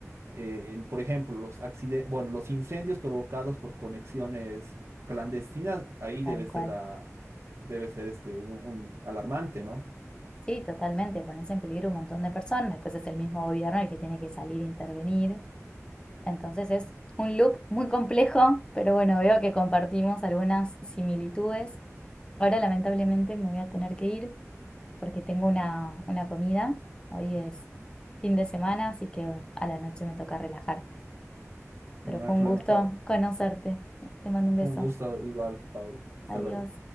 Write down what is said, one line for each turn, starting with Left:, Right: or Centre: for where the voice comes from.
Right: eh, por ejemplo, los accidentes, bueno, los incendios provocados por conexiones clandestinas, ahí
Left: Tal
Right: debe
Left: cual.
Right: ser la, debe ser este, un un alarmante, ¿no?
Left: Sí, totalmente, pones en peligro un montón de personas, después es el mismo gobierno el que tiene que salir e intervenir. Entonces es un loop muy complejo, pero bueno, veo que compartimos algunas similitudes. Ahora lamentablemente me voy a tener que ir porque tengo una, una comida. Hoy es fin de semana, así que bueno, a la noche me toca relajar.
Right: No
Left: Pero fue
Right: hay problema,
Left: un gusto
Right: Pablo.
Left: conocerte. Te mando un beso.
Right: Un gusto igual, Paula. Hasta
Left: Adiós.
Right: luego.